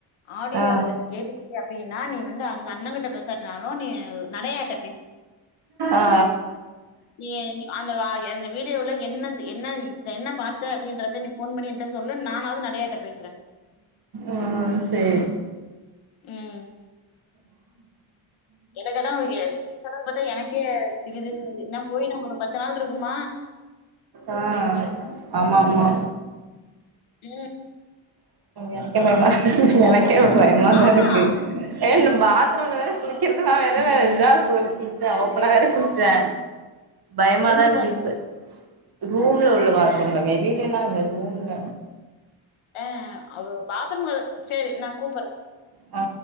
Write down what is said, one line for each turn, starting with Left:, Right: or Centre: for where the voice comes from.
Left: ஆடியோ
Right: ஆ
Left: அதுல கேட்டுச் அப்டின்னா நீ வந்து அந்த அண்ணங்கிட்ட பேசாட்டினாலு நீ நடயாட்ட
Right: ஆ
Left: நீ அந்த ஆ அந்த வீடியோவுல என்னத் என்ன இத்த என்ன பாத்த அப்டின்றத நீ ஃபோன் பண்ணி என்ட்ட சொல்லு நானாவுது நடயாட்ட பேசுறே
Right: ஆ ஆ சேரி
Left: ம் எனக்கல்லா <unintelligible> நீ சொல்றது பாத்தா எனக்கே திகு திகுன் இருக்கு போய்னா ஒரு பத்து நாள்ருக்குமா
Right: ஆ ஆமா ஆமா
Left: ம்
Right: எனக்கென்னனா எனக்கே பயமாதா
Left: ஆமா
Right: இருக்கு ஏ இந்த பாத்ரூம்ல வேற குளிக்றதுலா வேற இதா கு குள்ச்சே ஓப்பனா வேற குள்ச்சே பயமாதா
Left: எந்த
Right: இருக்கு
Left: பாத்
Right: இப்ப ரூம்ல உள்ள பாத்ரும்ல வெளிலலா இல்ல ரூம்ல
Left: ஆ அவுரு ஒரு பாத்ரும் கதுவ சேரி நா கூப்பட்ற
Right: ஆ